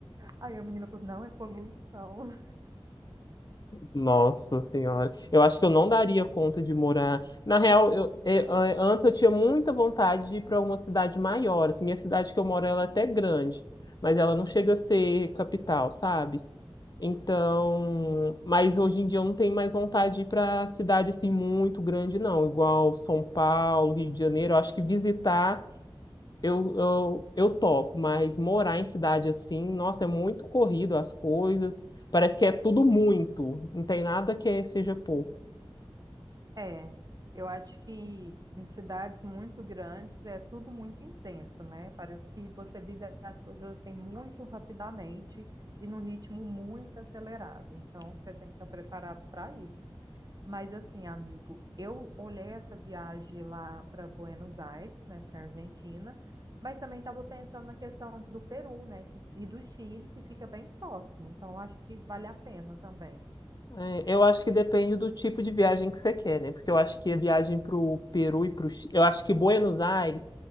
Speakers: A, on the right (about 40°); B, on the left (about 45°).
A: Aí a menina falou, não, é poluição.
B: Nossa senhora, eu acho que eu não daria conta de morar. Na real, eu, eh, eh, antes eu tinha muita vontade de ir para uma cidade maior. Assim, minha cidade que eu moro, ela é até grande, mas ela não chega a ser capital, sabe? Então, mas hoje em dia eu não tenho mais vontade de ir para cidade assim muito grande, não. Igual São Paulo, Rio de Janeiro. Eu acho que visitar eu, eu, eu topo, mas morar em cidade assim, nossa, é muito corrido as coisas. Parece que é tudo muito, não tem nada que seja pouco.
A: É, eu acho que em cidades muito grandes é tudo muito intenso, né? Parece que você vive as coisas assim muito rapidamente e num ritmo muito acelerado. Então, você tem que estar preparado para isso. Mas assim, amigo, eu olhei essa viagem lá para Buenos Aires, né, para Argentina, mas também estava pensando na questão do Peru, né, que- e do Chile, que fica bem próximo. Então, eu acho que vale a pena também.
B: É, eu acho que depende do tipo de viagem que você quer, né? Porque eu acho que a viagem pro Peru e pro Chile, eu acho que Buenos Aires